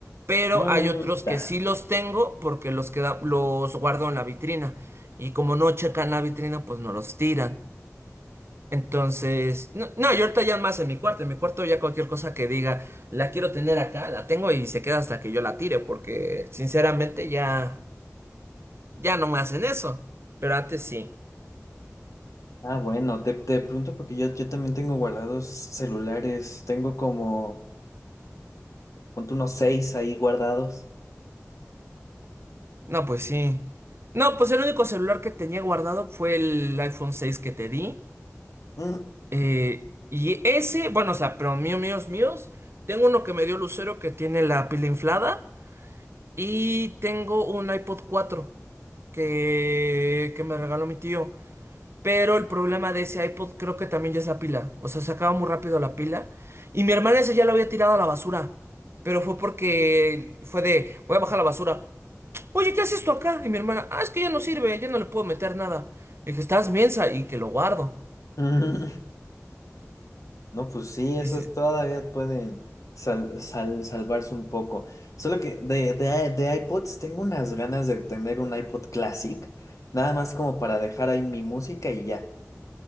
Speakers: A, on the right; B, on the left.
A: Pero
B: Mm,
A: hay otros
B: ta.
A: que sí los tengo porque los queda, los guardo en la vitrina. Y como no checan la vitrina, pues no los tiran. Entonces, no, no, yo ahorita ya más en mi cuarto, en mi cuarto ya cualquier cosa que diga, la quiero tener acá, la tengo y se queda hasta que yo la tire, porque sinceramente ya, ya no me hacen eso, pero antes sí.
B: Ah, bueno, te, te pregunto porque yo, yo también tengo guardados celulares, tengo como, ponte unos seis ahí guardados.
A: No, pues sí. No, pues el único celular que tenía guardado fue el iPhone seis que te di.
B: Mm,
A: eh, y ese, bueno, o sea, pero mío, míos, míos, tengo uno que me dio Lucero que tiene la pila inflada y tengo un iPod cuatro que, que me regaló mi tío. Pero el problema de ese iPod creo que también ya es la pila. O sea, se acaba muy rápido la pila. Y mi hermana ese ya lo había tirado a la basura. Pero fue porque fue de, voy a bajar la basura. Oye, ¿qué haces esto acá? Y mi hermana, ah, es que ya no sirve, ya no le puedo meter nada. Le dije, estás mensa y que lo guardo.
B: <laughs> mm. No, pues sí, esos
A: Y sí,
B: todavía pueden sal- sal- salvarse un poco. Solo que de, de, de iPods tengo unas ganas de tener un iPod Classic, nada más como para dejar ahí mi música y ya.